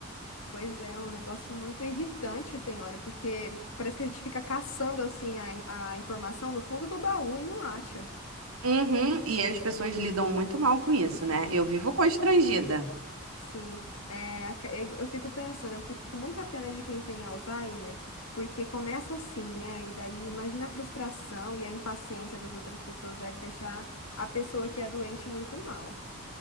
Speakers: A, on the left; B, on the right.
A: Pois é, é um negócio muito irritante, tem hora, porque parece que a gente fica caçando, assim, a, a informação no fundo do baú e não acha.
B: Uhum, e as pessoas lidam muito mal com isso,
A: Sim.
B: né? Eu vivo constrangida.
A: Sim, é, aca- eu eu fico pensando, eu fico com muita pena de quem tem Alzheimer, porque começa assim, né? E daí imagina a frustração e a impaciência das outras pessoas deve deixar a pessoa que é doente muito mal.